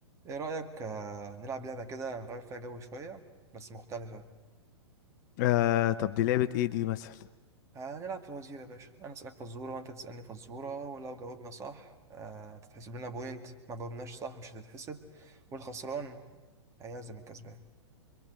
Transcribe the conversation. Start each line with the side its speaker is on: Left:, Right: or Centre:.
Right: ايه رأيك آه، نلعب لعبة كده نغير فيها جو شوية بس مختلفة
Left: آه طب دي لعبة ايه دي مثلا
Right: هنلعب فوازير يا باشا انا اسألك فزورة وانت تسألني فزورة ولو جاوبنا صح آه، تتحسب لنا بوينت ما جاوبناش صح مش هتتحسب والخسران هيعزم الكسبان